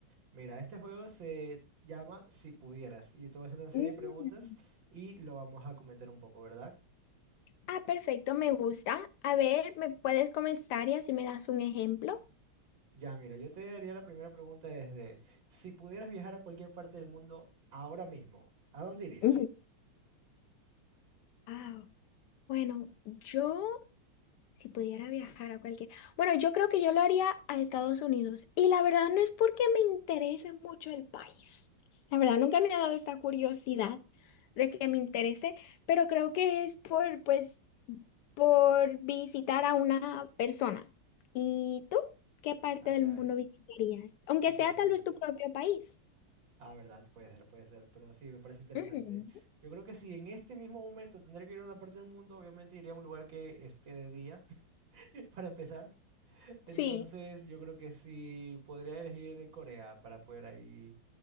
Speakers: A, on the right (about 60°); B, on the left (about 80°).
A: Mira, este juego se llama Si pudieras y yo te voy a hacer una serie
B: Mm.
A: de preguntas y lo vamos a comentar un poco, ¿verdad?
B: Ah, perfecto, me gusta. A ver, ¿me puedes comenzar y así me das un ejemplo?
A: Ya, mira, yo te haría la primera pregunta desde, si pudieras viajar a cualquier parte del mundo ahora mismo, ¿a dónde irías?
B: Ujú. Ah, bueno, yo, si pudiera viajar a cualquier... Bueno, yo creo que yo lo haría a Estados Unidos y la verdad no es porque me interese mucho el país. La verdad nunca me ha dado esta curiosidad de que me interese, pero creo que es por, pues... por visitar a una persona. ¿Y tú? ¿Qué parte
A: Ah,
B: del
A: ya,
B: mundo visitarías? Aunque
A: interesante.
B: sea tal vez tu propio país.
A: Ah, verdad, puede ser, puede ser, pero sí, me parece interesante.
B: Ujú,
A: Yo creo que si en este mismo momento tendré que ir a una parte del mundo, obviamente iría a un lugar que esté de día, <laughs> para empezar. Entonces,
B: Sí,
A: yo creo que sí podría elegir Corea para poder ahí